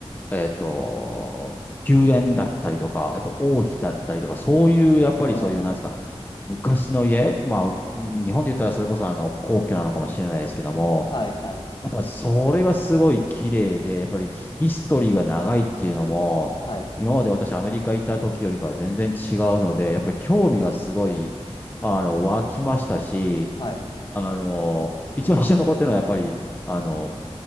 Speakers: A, on the left (about 15°); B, on the left (about 45°).
A: えっと、宮殿だったりとか、やっぱ王妃だったりとか、そういう、やっぱりそういう、
B: あー
A: なんですか、昔の家、まあ、日本で言ったらそれこそあの、皇居なのかもしれないですけども、
B: はい、はい、
A: やっぱそれがすごい綺麗で、やっぱりヒヒストリーが長いっていうのも、
B: はい、
A: 今まで私アメリカ行った時よりかは全然違うので、やっぱり興味がすごい、あの、湧きましたし、
B: はい。
A: あの、一番印象に残ってるのはやっぱり、あの、